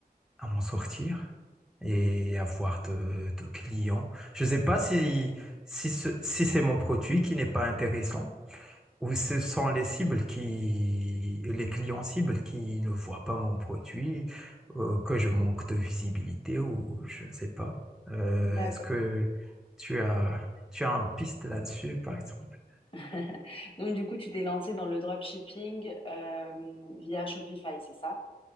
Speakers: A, in the centre; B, on the left (about 35°).
A: à m'en sortir et avoir de, de clients. Je ne sais pas si si ce- si c'est mon produit qui n'est pas intéressant Ou ce sont les cibles qui, les clients cibles qui ne voient pas mon produit, euh, que je manque de visibilité ou je ne sais pas. Euh,
B: d'accord.
A: est-ce que tu as, tu as un piste là-dessus, par exemple?
B: <laughs> Donc du coup, tu t'es lancé dans le dropshipping euh, via Shopify, c'est ça?